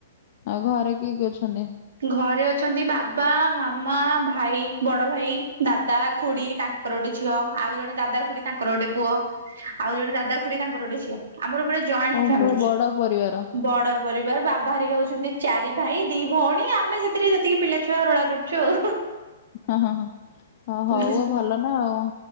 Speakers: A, on the left; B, on the right.
A: ଆଉ ଘରେ କିଏ କିଏ ଅଛନ୍ତି?
B: ଘରେ ଅଛନ୍ତି ବାବା, ମାମା, ଭାଇ, ବଡ ଭାଇ, ଦାଦା, ଖୁଡି ତାଙ୍କ ତାଙ୍କର ଗୋଟେ ଝିଅ ଆଉ ଜଣେ ଦାଦା ଖୁଡି ତାଙ୍କର ଗୋଟେ ପୁଅ ଆଉ ଜଣେ ଦାଦା ଖୁଡି ତାଙ୍କର ଗୋଟେ ଝିଅ। ଆମର ଏପଟେ ଜଏଣ୍ଟ
A: ହଉ
B: ଫ୍ୟାମିଲି
A: ପୁରା ବଡ ପରିବାର
B: ବଡ ପରିବାର ବାହାରିକା ହାଉଛନ୍ତି ଚାରି ଭାଇ ଦି ଭଉଣୀ, ଆମେ ସେଥିରେ ସେତିକି ପିଲାଛୁଆ ରୋଳା କରୁଛୁ। ଆଉ
A: ହଁ, ହଁ, ହଁ ହଉ
B: ଏମିତି ସବୁ।
A: ଆଉ ଭଲ ନା ଆଉ।